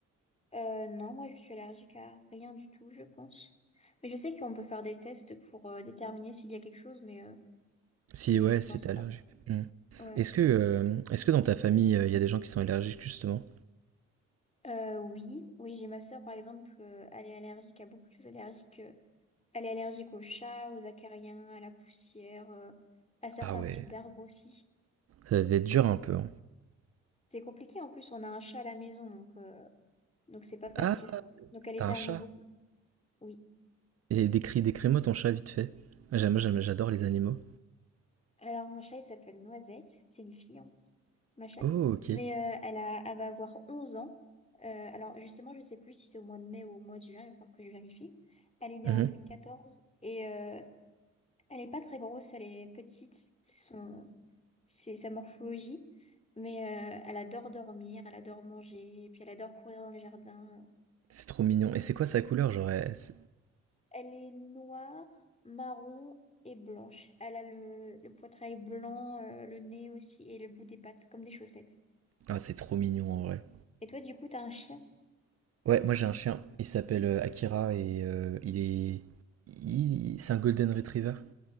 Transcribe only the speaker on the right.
Si,
ouais,
si t'es
allergique. Hmm.
Est-ce que, euh, est-ce que dans ta famille, euh, il y a des gens qui sont allergiques, justement?
Ah ouais,
ça doit être dur un peu. hein.
Ah,
t'as un chat.
Et décris, décris-moi ton chat vite fait. J'aime, j'aime- j'adore les animaux.
Oh, ok.
Mhm.
C'est trop mignon. Et c'est quoi sa couleur? Genre, elle- c'est-
ah, c'est trop mignon en vrai.
Ouais, moi j'ai un chien. Il s'appelle euh, Akira et euh, il est. il- C'est un Golden Retriever.